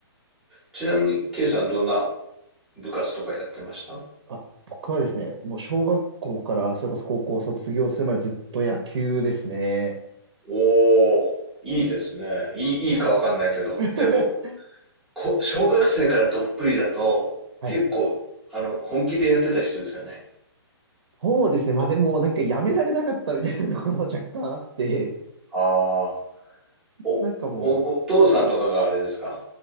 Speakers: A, in the centre; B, on the right (about 75°).
A: ちなみに、K さんどんな部活とかやってました
B: あ。あ、僕はですね、もう小学校からそれこそ高校を卒業するまでずっと野球ですね。
A: おー、いいですね。いい、
B: そう
A: いいかわかんないけど。
B: <laughs>
A: でも、こ、小学生からどっぷりだと、
B: はい。
A: 結構、あの、本気でやってた人ですよね。
B: そうですね。まあでもなんかやめられなかったみたいなところも若干あって、
A: ああ、お、お、
B: なんかもう
A: お父さんとかがあれですか